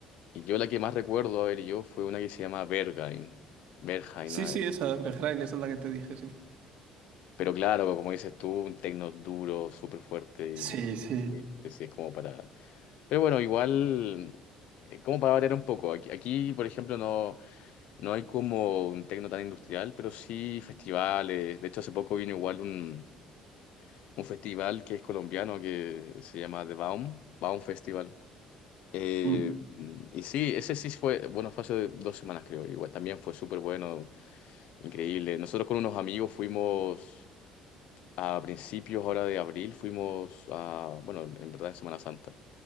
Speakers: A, on the left; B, on the right.
A: Y yo la que más recuerdo, a ver, yo fue una que se llama Berghain. Berghain,
B: Sí,
A: ¿no?
B: sí, esa, Berlín, esa es la que te dije, sí.
A: Pero claro, como dices tú, un techno duro, súper fuerte
B: Sí,
A: y,
B: sí.
A: y es es como para... Pero bueno, igual, eh, como para variar un poco. Aquí, aquí, por ejemplo, no, no hay como un techno tan industrial, pero sí festivales. De hecho, hace poco vino igual un, un festival que es colombiano que se llama The Baum, Baum Festival. Eh,
B: Mm.
A: y sí, ese sí fue, bueno, fue hace dos semanas creo, igual también fue súper bueno, increíble. Nosotros con unos amigos fuimos a principios ahora de abril, fuimos a, bueno, en verdad en Semana Santa,